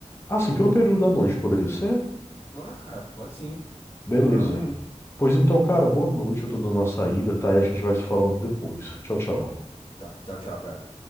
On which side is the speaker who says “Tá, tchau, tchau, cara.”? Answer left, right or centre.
Left